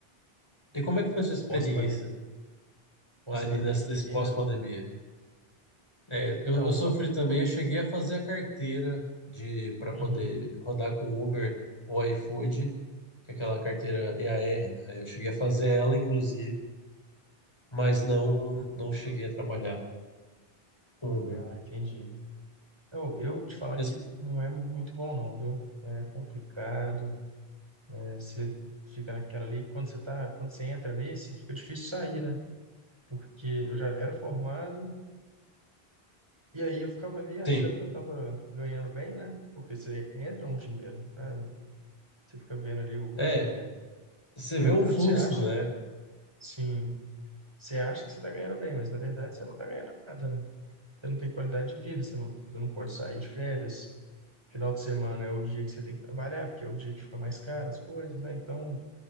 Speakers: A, on the left; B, on the right.
A: E como é que foi a sua experiência
B: Pós-pandemia, pós-pandemia,
A: ali nessa, nesse pós-pandemia?
B: ali, né?
A: É,
B: Então,
A: eu, eu sofri
B: pô.
A: também, eu cheguei a fazer a carteira de para poder
B: Uhum.
A: rodar com Uber ou iFood, que é aquela carteira E EAR, né? Eu cheguei a fazer ela, inclusive, mas não não cheguei a trabalhar com Uber.
B: Ah, entendi. Eu, eu te falar
A: E
B: que
A: as-
B: não é muito bom, não, viu? É complicado. é, você fica naquela ali. Quando você tá, quando você entra nesse, fica difícil sair, né? Porque eu já era formado, e aí eu ficava ali achando
A: Sim,
B: que eu estava ganhando bem, né? Porque você entra um dinheiro, né? Você fica vendo ali o
A: é,
B: dinheiro
A: você
B: entrando,
A: vê um fluxo,
B: você acha,
A: né?
B: sim. Você acha que você está ganhando bem, mas na verdade você não está ganhando nada, né? Você não tem qualidade de vida, você não, você não pode sair de férias. Final de semana é o dia que você tem que trabalhar, porque é o dia que fica mais caro as coisas, né? Então,